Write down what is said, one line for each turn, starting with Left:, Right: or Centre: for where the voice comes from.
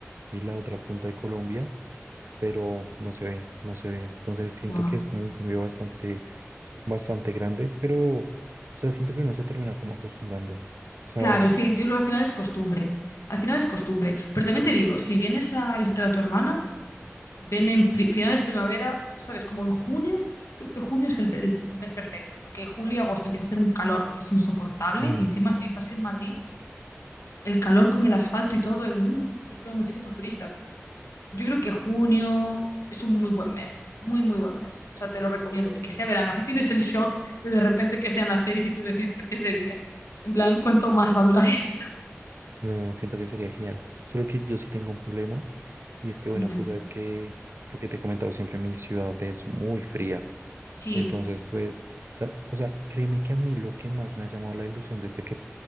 Right: y la otra punta de Colombia pero no se ve, no se ve. Entonces siento
Left: buah.
Right: que es como un cambio bastante, bastante grande, pero, o sea, siento que uno se termina como acostumbrando. O sea,
Left: Claro, sí, yo creo que al final es costumbre. Al final es costumbre. Pero también te digo, si vienes a visitar a tu hermana, Ven en pri- finales primavera, ¿sabes? Como en junio. Yo creo que junio es el, pe- el mes perfecto, porque julio y agosto empieza a hacer un calor que es insoportable
Right: <clears throat>
Left: y encima si estás en Madrid, el calor con el asfalto y todo, el- uf, encima muchísimos turistas. Yo creo que junio es un muy buen mes, muy, muy buen mes. O sea, te lo recomiendo. Y que sea verano, así tienes el shock de de repente que sean las seis y tú decir, ¿por qué es de día? En plan, ¿cuánto más va a durar esto?
Right: no, siento que sería genial. Solo que yo sí tengo un problema y es que, bueno,
Left: <laughs> Dime.
Right: tú sabes que lo que te he comentado siempre, mi ciudad es muy fría.
Left: Sí,
Right: Entonces, pues, sa- o sea, créeme que a mí lo que más me ha llamado la ilusión desde que